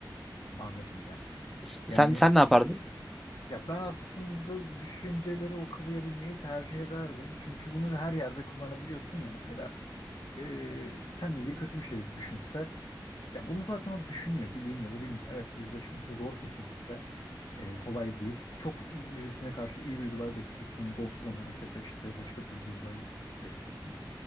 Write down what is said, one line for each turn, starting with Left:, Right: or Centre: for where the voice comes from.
Left: Anladım ya.
Centre: S- Sen
Left: Yani
Centre: sen ne yapardın?
Left: Ya ben aslında düşünceleri okuyabilmeyi tercih ederdim. Çünkü bunu her yerde kullanabiliyorsun ya mesela eee seninle ilgili kötü bir şey düşünse ya bunu zaten o düşünüyor bileyim ya da bilmeyeyim. Evet yüzleşmesi zor kesinlikle. Eee, kolay değil. Çok birisine karşı iyi duygular besliyorsun dostun olarak ya da işte başka türlü duygular besliyorsun.